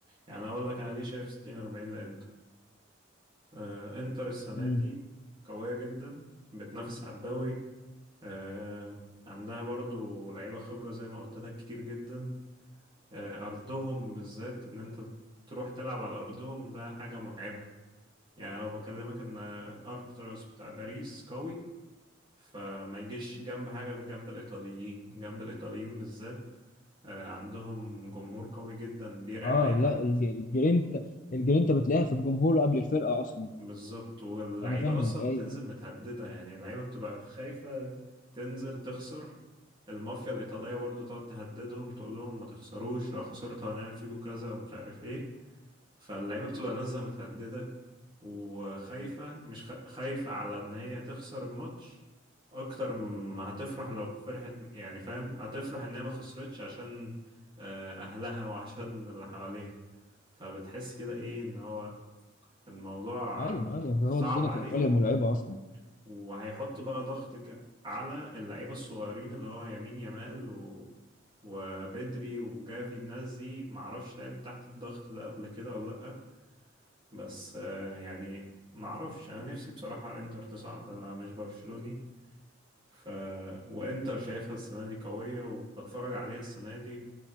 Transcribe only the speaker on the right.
يعني اقول لك انا ليه شايف ستين اربعين لانتر آه انتر السنة
دي قوية جدا بتنافس على الدوري آه عندها برضو لعيبة خبرة زي ما قلت لك كتير جدا آه ارضهم بالذات ان انت تروح تلعب على ارضهم ده حاجة مرعبة يعني لو بكلمك ان آه، ارتراس بتاع باريس قوي فما يجيش جنب حاجة جنب الإيطاليين جنب الإيطاليين بالذات آه، عندهم جمهور قوي جدا بيرعب
أي حد
بالظبط واللعيبة
أصلا
بتنزل متهددة يعني اللعيبة بتبقى خايفة تنزل تخسر المافيا الإيطالية برضو تقعد تهددهم تقول لهم ما تخسروش لو خسرتوا هنعمل فيكوا كذا ومش عارف إيه فاللعيبة بتبقى نازلة متهددة وخايفة مش خ... خايفة على إن هي تخسر الماتش أكتر ما هتفرح لو فرحت يعني فاهم هتفرح إن هي ما خسرتش عشان آه، أهلها وعشان اللي حواليها فبتحس كده إيه إن هو الموضوع
صعب
عليهم
وهيحطوا بقى ضغط ج- على اللعيبة الصغيرين اللي هو يمين يمال و... وبدري وجافي الناس دي معرفش لعبت تحت الضغط ده قبل كده ولا لأ بس آه، يعني ما اعرفش انا نفسي بصراحة انتر تصعد انا مش برشلوني ف وانتر شايفها السنة دي قوية وبتفرج عليها السنة دي